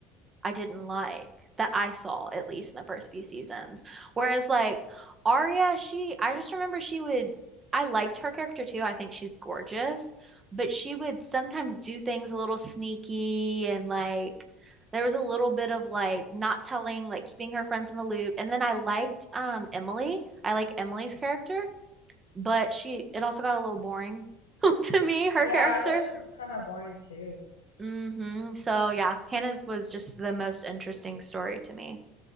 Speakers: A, on the right; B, on the left.
A: I didn't like, that I saw at least in the first few seasons. Whereas like Arya, she, I just remember she would, I liked her character too. I think she's gorgeous, but she would sometimes do things a little sneaky and like there was a little bit of like not telling, like keeping her friends in the loop. And then I liked um Emily. I like Emily's character but she it also got a little boring <laughs> to me, her
B: Yeah,
A: character.
B: I thought she was kind of boring too.
A: hmm So yeah, Hannah's was just the most interesting story to me.